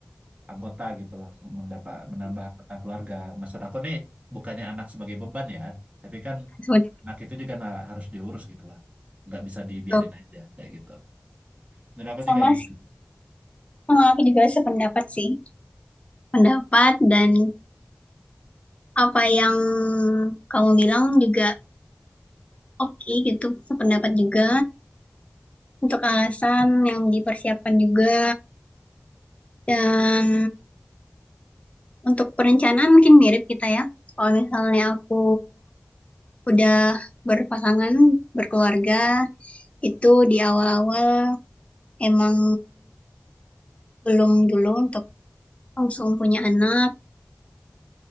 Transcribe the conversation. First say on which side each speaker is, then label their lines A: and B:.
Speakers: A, on the right (about 30°); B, on the left (about 30°).
A: anggota gitu loh, mendapat menambah anggota keluarga. Maksud aku nih bukannya anak sebagai beban ya, tapi kan
B: seperti
A: anak itu juga na- harus diurus gitu lah. Nggak bisa dibiarin
B: itu.
A: aja kayak gitu. Menurut aku
B: Sama
A: sih kayak gitu.
B: sih, sama aku juga sependapat sih. Pendapat dan apa yang kamu bilang juga oke gitu, sependapat juga. Untuk alasan yang dipersiapkan juga dan untuk perencanaan mungkin mirip kita ya. Kalau misalnya aku udah berpasangan, berkeluarga, itu di awal-awal emang belum dulu untuk langsung punya anak.